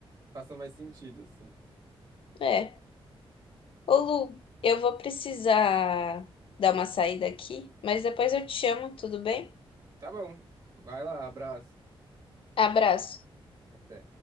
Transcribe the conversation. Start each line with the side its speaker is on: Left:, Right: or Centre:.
Right: faça mais sentido, assim.
Left: É. Ô, Lu, eu vou precisar dar uma saída aqui, mas depois eu te chamo, tudo bem?
Right: Tá bom, vai lá, abraço.
Left: Abraço.
Right: Até.